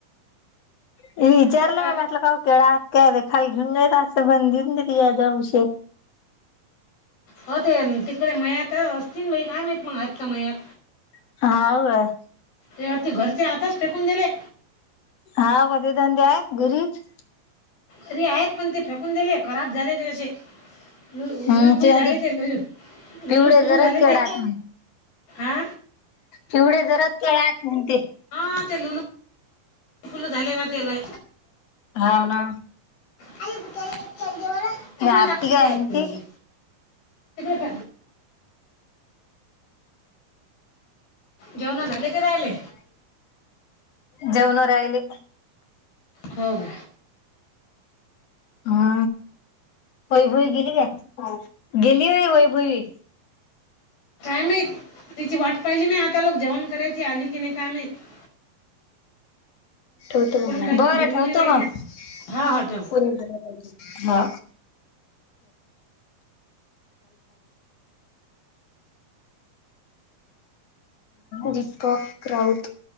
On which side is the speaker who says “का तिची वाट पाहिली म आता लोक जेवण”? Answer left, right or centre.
Left